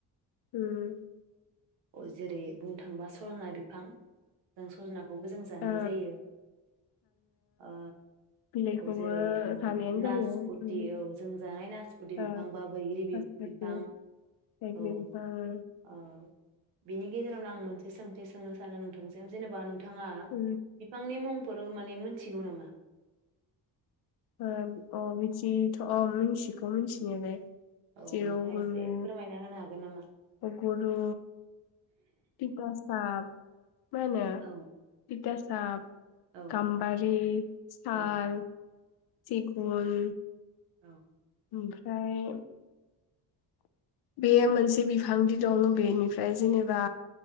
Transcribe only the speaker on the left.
उम।
ओ
बिलाइखौबो
जानायानो जायो
उम
ओ
नासपति <unintelligible>
उम
ओ अ बिदिथ'अ मिथिगौ मिथिनायालाय।
जिउगुरु
अगरु तिथा साब मा होनो
तिता साफ
गामबारि साल
सिगुन।
ओमफ्राय बेयो मोनसे बिफांदि दं बेनिफ्राय जेनेबा